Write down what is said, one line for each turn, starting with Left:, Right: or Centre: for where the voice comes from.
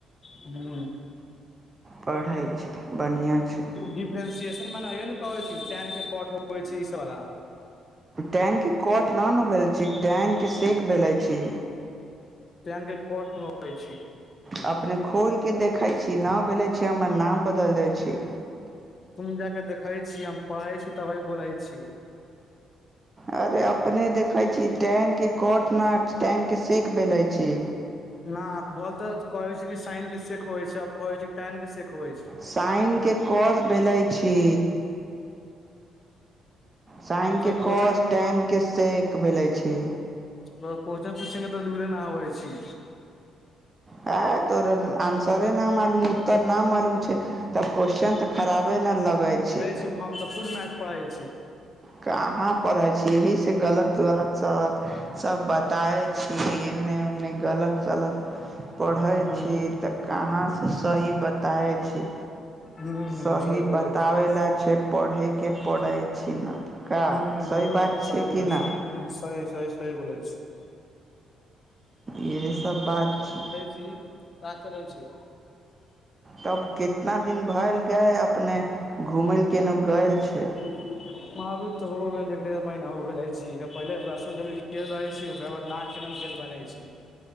Left: हू
Right: पढ़इ छी बढ़िआँ छै
Left: डिफ्रेंसिएशन मनेय ने कहै छी टेनक के कट छै ई सबवला
Right: टेनके कट न नु भेलै छी टेनके सेेक भेलै छी
Left: टेन के कोट मे होै छी
Right: अपने खोलिक देखैत छी न भेलै छी हमर नाम बदलि दै छी
Left: तुम जाके देखै छी हम पढ़ै छी तबे बोलै छी
Right: अरे अपने देखै छी टेन के कट न टेन के सेक बेलै छी
Left: न भल तऽ कहै छै कि साइन के सेेक होे छै आब कहै छै टेन के सेेक होय छै
Right: साइनके कस भेलै छी साइन
Left: तऽ
Right: के
Left: कोचन
Right: कोस टेन के सेक भेलै छी
Left: एगो क्वेश्चन पुछे के तऽ लूरे न होवै छी
Right: ह तोरा आन्सरे न मालूम उत्तर न मालूम तब क्वसचन तऽ खराबे नहि लगै छै
Left: जी हम तऽ खुद मैथ पढ़ै छी
Right: कहाँ पढ़ै छियै यहीसँ गलत गलत सलत सभ बताए छी एन्ने ओने गलत सलत पढ़ै
Left: हूं
Right: छी तऽ कहाँसँ सही बताबै छी
Left: हूं हूं
Right: सही
Left: बोलै
Right: बताबै
Left: छी
Right: लए छै पढ़ैके पड़ै छी न का
Left: हूं हूं एकदम
Right: सही बात छै
Left: सही बोलइछिए
Right: कि ना
Left: ह सहि सहि सहि बोलै छियै
Right: इएहसब बात छै
Left: ती ता चलै छै
Right: तब केतना दिन भ‌एल गए अपने घूमय केेनहु गेल छै
Left: ह अब उ त हो गेल एक डेढ़ महीना हो गेल रहि छी पहिले वैष्ण देवी गेल रहे छी ओकरा बाद न के मे गेल रहै छी